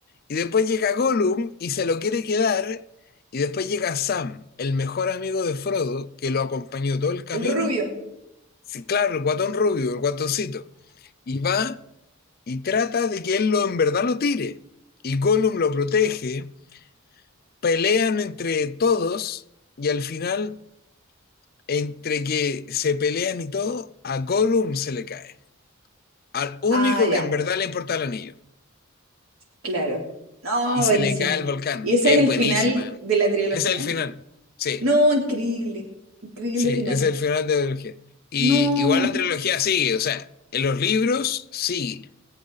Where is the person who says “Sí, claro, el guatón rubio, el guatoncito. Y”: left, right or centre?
Left